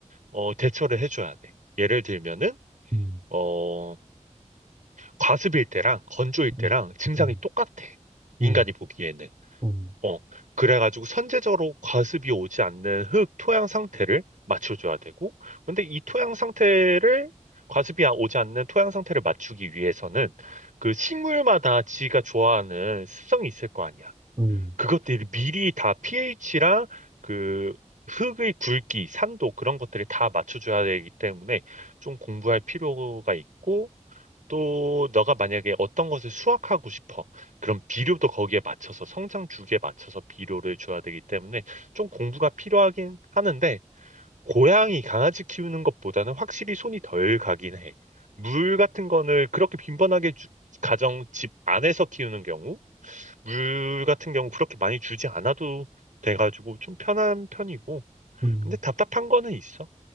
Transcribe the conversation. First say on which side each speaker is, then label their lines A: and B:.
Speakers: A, on the right; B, on the right.
A: 어, 대처를 해줘야 돼. 예를 들면은
B: 음.
A: 어, 과습일 때랑 건조일 때랑
B: 음,
A: 증상이
B: 음,
A: 똑같아. 인간이
B: 음,
A: 보기에는.
B: 음,
A: 어, 그래가지고 선제적으로 과습이 오지 않는 흙 토양 상태를 맞춰줘야 되고, 근데 이 토양 상태를, 과습이 아- 오지 않는 토양 상태를 맞추기 위해서는 그 식물마다 지가 좋아하는 습성이 있을 거 아니야.
B: 음.
A: 그것들이 미리 다 pH랑 그 흙의 굵기, 산도 그런 것들을 다 맞춰줘야 되기 때문에 좀 공부할 필요가 있고, 또 너가 만약에 어떤 것을 수확하고 싶어. 그럼 비료도 거기에 맞춰서 성장 주기에 맞춰서 비료를 줘야 되기 때문에 좀 공부가 필요하긴 하는데 고양이 강아지 키우는 것보다는 확실히 손이 덜 가긴 해. 물 같은 거를 그렇게 빈번하게 주- 가정 집 안에서 키우는 경우 물 같은 경우 그렇게 많이 주지 않아도 돼가지고 좀 편한 편이고
B: 음.
A: 근데 답답한 거는 있어.